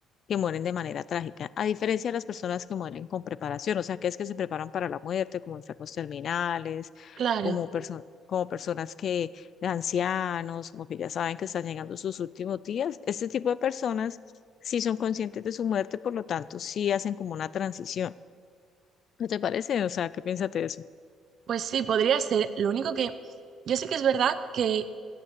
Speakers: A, on the left; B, on the right.
A: que mueren de manera trágica, a diferencia de las personas que mueren con preparación, o sea, que es que se preparan para la muerte, como enfermos terminales,
B: claro.
A: como, perso- como personas que, de ancianos, como que ya saben que están llegando sus últimos días. Este tipo de personas sí son conscientes de su muerte, por lo tanto, sí hacen como una transición. ¿No te parece? O sea, ¿qué piensas de eso?
B: Pues sí, podría ser. Lo único que yo sé que es verdad que